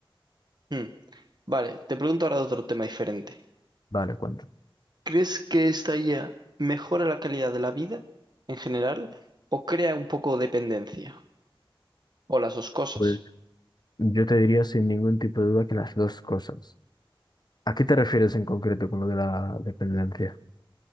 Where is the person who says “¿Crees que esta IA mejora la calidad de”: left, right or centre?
Right